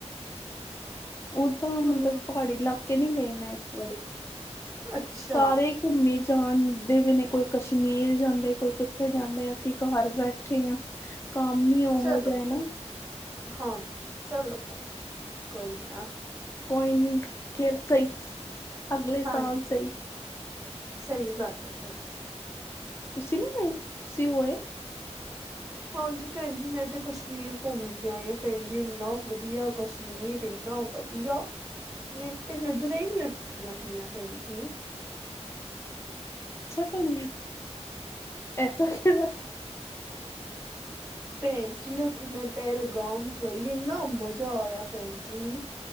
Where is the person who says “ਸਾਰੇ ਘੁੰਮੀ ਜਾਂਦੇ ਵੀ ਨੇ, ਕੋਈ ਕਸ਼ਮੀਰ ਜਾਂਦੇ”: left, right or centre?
Left